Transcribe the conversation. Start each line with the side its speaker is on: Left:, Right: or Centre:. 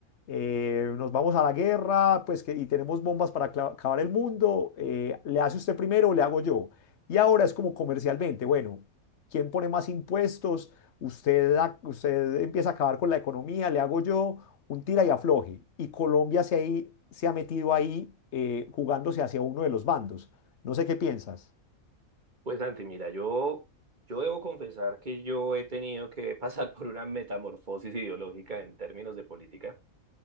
Left: Eh, nos vamos a la guerra, pues que, y tenemos bombas para cla- acabar el mundo. eh, ¿le hace usted primero o le hago yo? Y ahora es como comercialmente, bueno, ¿quién pone más impuestos? Usted, da- usted empieza a acabar con la economía, le hago yo un tira y afloje. Y Colombia se, ahí, se ha metido ahí eh, jugándose hacia uno de los bandos. No sé qué piensas.
Right: Pues Santi, mira, yo, yo debo confesar que yo he tenido que <laughs> pasar por una metamorfosis ideológica en términos de política.